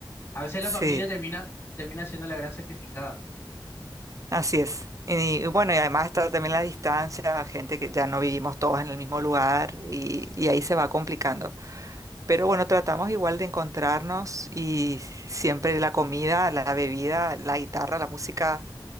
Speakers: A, on the left; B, on the right.
A: a veces la
B: sí,
A: familia termina, termina siendo la gran sacrificada.
B: así es. Y, y bueno, y además está también la distancia, gente que ya no vivimos todos en el mismo lugar
A: Mm,
B: y,
A: Sí.
B: y ahí se va complicando. Pero bueno, tratamos igual de encontrarnos y siempre la comida, la bebida, la guitarra, la música